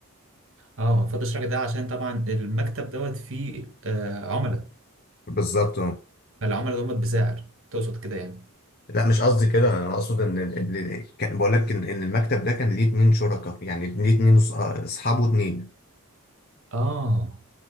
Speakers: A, on the right (about 60°); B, on the left (about 45°).
A: اه ما فضلش الراجل ده عشان طبعا المكتب دوت فيه آه عملاء
B: بالظبط
A: العملاء دول بسعر تقصد كده يعني
B: لا مش قصدي كده انا اقصد ان ال- ال- كان بقول لك ان إن المكتب ده كان ليه اتنين شركاء يعني ليه اتنين أص- اصحابه اتنين
A: اه